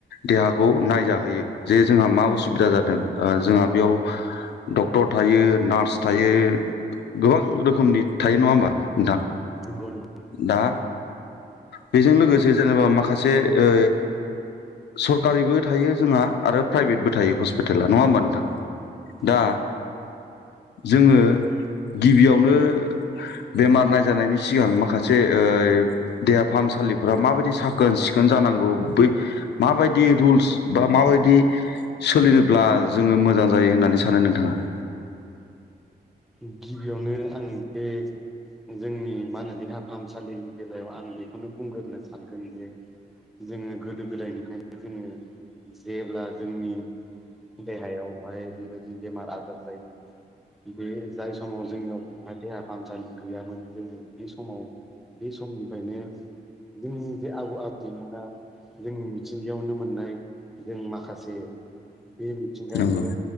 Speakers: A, on the left; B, in the centre.
A: देहाखौ नायजाहोयो जे जोंहा मा उसुबिदा जादों ओ जोंहा बेयाव डक्टर थायो नार्स थायो गोबां रोखोमनि थायो नङा होमबा नोंथां?
B: नंगौ नंगौ।
A: दा बेजों लोगोसे जेनेबा माखासे ओ सरकारिबो थायो जोंहा आरो प्राइभेटबो थायो हस्पिटाला नङा होमबा नोंथां? दा
B: नंगौ
A: जोङो गिबियावनो बेमार नायजानायनि सिगां माखासे ओ देहा फाहामसालिफोरा माबायदि साखोन सिखोन जानांगौ बै माबायदि रुल्स बा माबायदि सोलिनोब्ला जोङो मोजां जायो होननानै सानो नोंथाङा? <inaudible>
B: गिबियावनो आं बे जोंनि मा होनो देहा फाहामसालिनि बेलायाव आं बेखौनो बुंग्रोनो सानगोन जे जोङो गोदो गोदायनिफ्रायनो जोङो जेब्ला जोंनि देहायावहाय बेबायदिनो बेमार आजार जायो बे जाय समाव जोंनियाव बहा देहा फाहामसालि गैयामोन जोङो बे समाव बे समनिफ्रायनो जोंनि जे आबौ आबैमोना जोंनि मिथिंगायावनो मोननाय जों माखासे बे मिथिंगानिनो
A: नंगौ